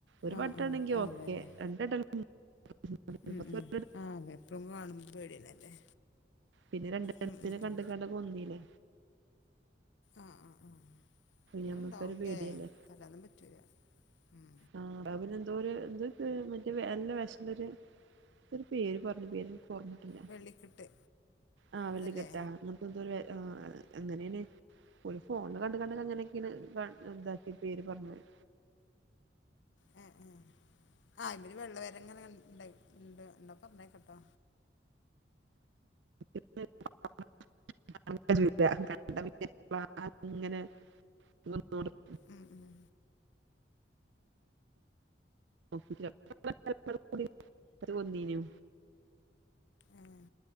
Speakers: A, on the right (about 80°); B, on the left (about 85°).
A: ഒരു
B: ആഹ്
A: വട്ടാണെങ്കി
B: ആഹ്
A: ഓക്കെ
B: അതന്നെ
A: രണ്ടട്ട <unintelligible>
B: ഉം ഉം ആഹ് എപ്പളും കാണുമ്പോ പേടിയന്നല്ലേ
A: പിന്നെ രണ്ട്‌ നെ
B: ഉം ഉം
A: കണ്ട്‌ക്കാണ്ട
B: ഉം
A: കൊന്നീലെ
B: ആ ആ ആ ഇഞ്ഞുംണ്ടാവുംല്ലേ
A: ഞമ്മക്കൊരു പേടിയല്ലേ
B: പറയാനും പറ്റൂല. ഉം
A: ആ അല്ലാ പിന്നെ എന്താ പറയാ. ത് പ്പോ മറ്റ് നല്ല വെഷ്ള്ളോര് ന്തോ ഒര് പേര് പറഞ്ഞ് പേര് പറഞ്ഞ് പേര് ഓർമട്ടില്ല.
B: വെള്ളിക്കിട്ട്
A: ആ വെള്ളിക്കെട്ട
B: അതല്ലേ
A: അങ്ങാത്തെ എന്തൊരു ആ അങ്ങനേണ് ഓല് ഫോണില് കണ്ട്‌ കണ്ട്‌ അങ്ങനൊക്കേണ് ക താക്കി പേര് പർഞ്ഞത്.
B: ങ്‌ ങ്‌ ആ ഇതില് വെള്ളവരങ്ങനെ ക ണ്ടയ് ഇണ്ട് ഇന്നാ പറഞ്ഞേക്ക് ട്ടോ
A: <unintelligible> കണ്ട പിന്നേ ആ അങ്ങനെ ഇങ്ങ <unintelligible>
B: ഉം ഉം
A: <unintelligible> വന്നീനു
B: ഏഹ്